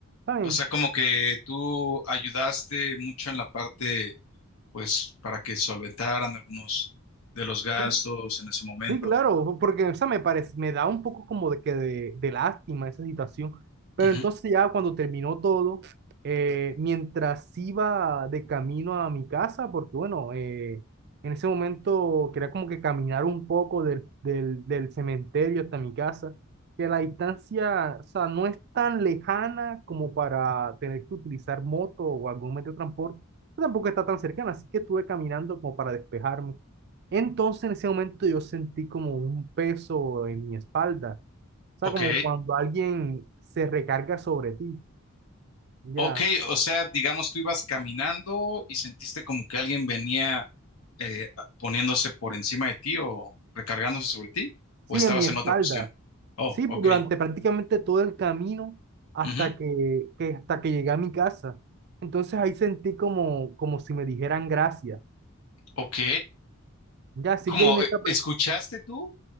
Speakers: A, on the right; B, on the left.
A: ¿saben?
B: O sea, como que tú ayudaste mucho en la parte, pues, para que solventaran algunos de los gastos
A: Sí,
B: en ese momento.
A: sí, claro, porque o sea, me parece, me da un poco como de que de, de lástima esa situación, pero
B: Ujú.
A: entonces ya cuando terminó todo, eh, mientras iba de camino a mi casa, porque bueno, eh, en ese momento quería como que caminar un poco del, del, del cementerio hasta mi casa, que la distancia, o sea, no es tan lejana como para tener que utilizar moto o algún medio de transporte, tampoco está tan cercana, así que estuve caminando como para despejarme. Entonces en ese momento yo sentí como un peso en mi espalda, o sea,
B: Ok.
A: como cuando alguien se recarga sobre ti, ya,
B: Ok, o sea, digamos, tú ibas caminando y sentiste como que alguien venía eh, poniéndose por encima de ti o recargándose sobre ti, o
A: sí,
B: estabas
A: en mi espalda,
B: en otra posición. Oh,
A: sí,
B: ok.
A: pues, durante prácticamente todo el camino hasta
B: ujú,
A: que, que- hasta que llegué a mi casa. Entonces ahí sentí como, como si me dijeran gracias,
B: Ok.
A: ya, así
B: Como,
A: que en esa,
B: eh, ¿escuchaste tú?